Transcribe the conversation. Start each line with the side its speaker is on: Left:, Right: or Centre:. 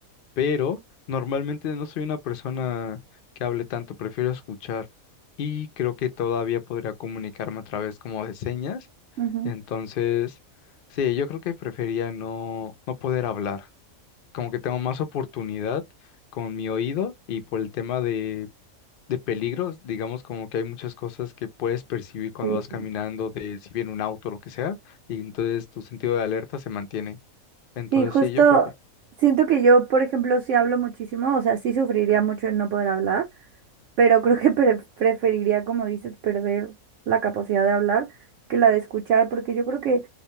Left: pero normalmente no soy una persona que hable tanto, prefiero escuchar y creo que todavía podría comunicarme a través como de señas
Right: Ujú.
Left: entonces, sí, yo creo que prefería no, no poder hablar. Como que tengo más oportunidad con mi oído y por el tema de, de peligros, digamos como que hay muchas cosas que puedes percibir cuando
Right: Sí.
Left: vas caminando, de si viene un auto o lo que sea, y entonces tu sentido de alerta se mantiene. Entonces,
Right: Sí, justo
Left: sí, yo creo que.
Right: siento que yo, por ejemplo, sí hablo muchísimo, o sea, sí sufriría mucho en no poder hablar. pero creo que pre- preferiría, como dices, perder la capacidad de hablar que la de escuchar, porque yo creo que